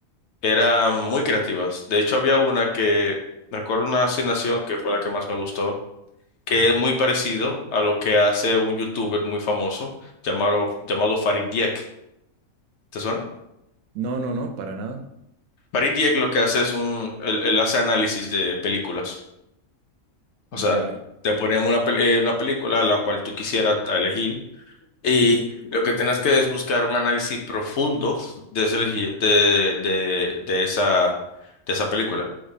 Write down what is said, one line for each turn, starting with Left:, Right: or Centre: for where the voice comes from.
Left: eran muy creativas. De hecho, había una que, me acuerdo una asignación que fue la que más me gustó, que es muy parecido a lo que hace un youtuber muy famoso llamado, llamado Farid Dieck. ¿Te suena?
Right: No, no, no, para nada.
Left: Farid Dieck lo que hace es un, él él hace análisis de películas. O sea,
Right: Ya,
Left: te ponían una, pel- eh, una película a la cual tú quisieras elegir y lo que tienes que es buscar un análisis profundo de, ese elegi- de, de, de esa, de esa película.